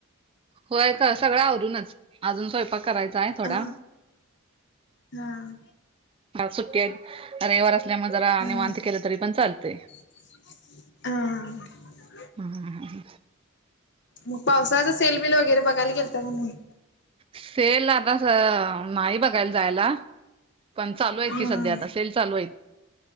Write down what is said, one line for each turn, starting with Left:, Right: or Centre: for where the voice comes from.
Right: होय का सगळं आवरूनच. अजून स्वयंपाक करायचा आहे
Left: ह
Right: थोडा
Left: हा!
Right: सुट्टी आहेत रविवार असल्यामुळे जरा
Left: हा
Right: निवांत केलं तरी पण चालतंय.
Left: हा!
Right: हम्म
Left: मग पावसाचं सेलबिल वगैरे बघायला गेलता की नाही?
Right: सेल आता नाही बघायला जायला. पण चालू आहेत
Left: हा
Right: की सध्या आता सेल चालू आहेत.